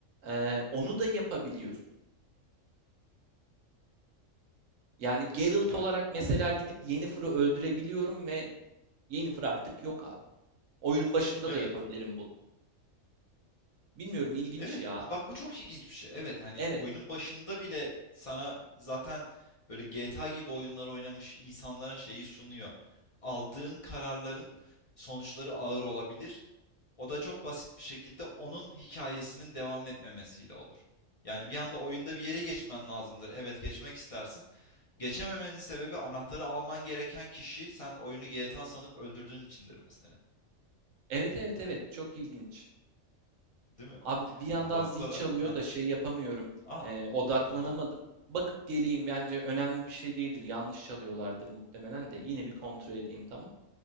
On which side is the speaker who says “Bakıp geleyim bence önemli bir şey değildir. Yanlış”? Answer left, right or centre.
Right